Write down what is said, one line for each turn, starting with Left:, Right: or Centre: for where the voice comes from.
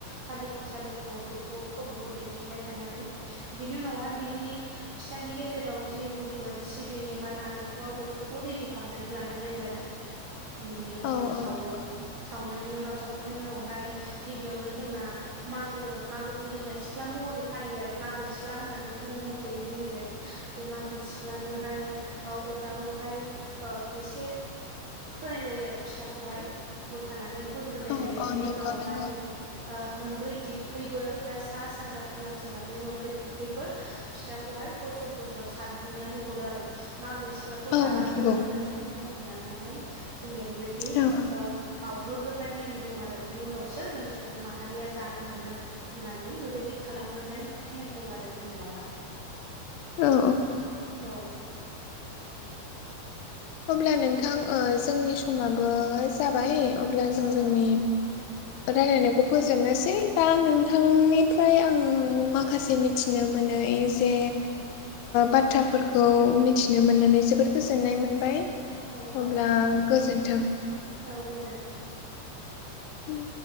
Right: सालिख' सालिख' बेखौ खर'खौ देफिनबाय थानानै बिनि उनावहाय बिनि फिथानि गेजेराव जि होगोन सिबिं एबा नारेंखल बेफोरखौ रेडि खालामनानै लानाय जायो आरो बेनि उनावहाय
Left: औ औ
Right: सावो
Left: नंगौ
Right: सावनायनि उनाव साव खांनायनि उनावहाय गिबियावनो जोंना मागो मागोखौ जोंना सिख्ला महरै फालियो आरो मागो सिख्ला होननानै बुं मख'यो जोंनिखै बे मागो सिख्लानोहाय ओ अरदाबावहाय ओ एसे होनाय जायो आरो फिथाखौहाय बोखानानै होग्रोनाय
Left: औ
Right: जायो
Left: औ
Right: बिनि
Left: नंगौ
Right: उनावहाय
Left: नंगौ
Right: मोनब्रै दिखैबो एबा सा सानजा खोला सोनाब बे मोनब्रै दिखैबो फिथाखौहाय बोस' बस' सारदिंनानै हरो आरो मागो सिख्ला खौ
Left: औ
Right: जालांदो
Left: नंगौ
Right: होननानै मख'नानैहाय जोंनिया बेबायदि
Left: औ
Right: ओ बावहरग्रोनाय नेम दं आरो बिनि उनावसो जों सुबुं माहारिया जानो मोनो होननानै बेबायदि खालामग्रोनाय नेम दं आरो जोंनियावहाय
Left: औ
Right: औ
Left: अब्ला नोंथां जोंनि समाबो जाबाय अब्ला जों
Right: औ
Left: जोंनि रायलायनायखौ फोजोबनोसै दा नोंथांनिफ्राय आङो माखासे थिनो मोनै जे बाथ्राफोरखौ मिथि नो मोननानै जोबोद गोजोननाय मोनबाय
Right: औ औ
Left: अब्ला गोजोन्थों
Right: औ गोजोन्थों दे
Left: उम